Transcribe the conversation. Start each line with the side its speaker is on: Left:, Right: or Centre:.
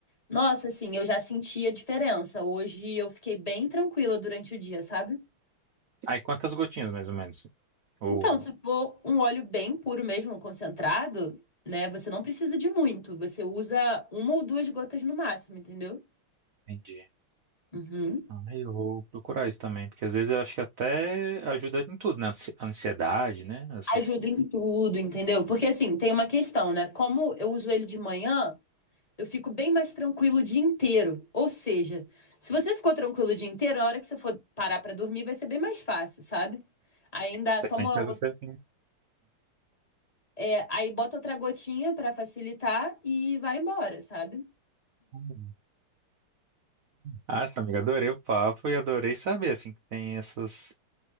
Left: Nossa, assim, eu já senti a diferença. Hoje eu fiquei bem tranquila durante o dia, sabe?
Right: Aí quantas gotinhas, mais ou menos? Ou.
Left: Então, se for um óleo bem puro mesmo, concentrado, né, você não precisa de muito. Você usa uma ou duas gotas no máximo, entendeu?
Right: Entendi.
Left: Uhum.
Right: Ah, Eu vou procurar isso também, porque às vezes eu acho que até ajuda em tudo, né? Ansi- A ansiedade, né? Essas
Left: Ajuda em tudo, entendeu? Porque assim, tem uma questão, né? Como eu uso ele de manhã, eu fico bem mais tranquilo o dia inteiro. Ou seja, se você ficou tranquilo o dia inteiro, na hora que você for parar pra dormir, vai ser bem mais fácil, sabe? Ainda
Right: sequências
Left: toma
Right: você.
Left: É, aí bota outra gotinha pra facilitar e vai embora, sabe?
Right: Hum. Ah, essa amiga, adorei o papo e adorei saber, assim, que tem essas